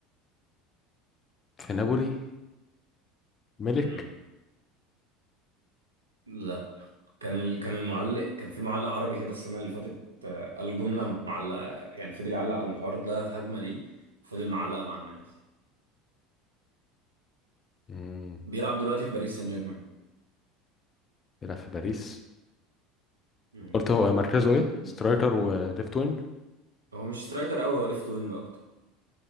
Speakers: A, on the left; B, on the right.
A: في نابولي ملك
B: امم لا كان ال... كان المعلق كان في معلق عربي كده السنة اللي فاتت آه، قال جملة معلقة يعني فضل يعلق على المحور ده في هجمة ليه فضل معلقة مع الناس
A: مم.
B: بيلعب دلوقتي في باريس سان جيرمان
A: بيلعب في باريس
B: مم.
A: قلت هو مركزه
B: راح
A: ايه
B: ليه.
A: سترايكر وليفت وينج
B: هو مش سترايكر قوي هو ليفت وينج اكتر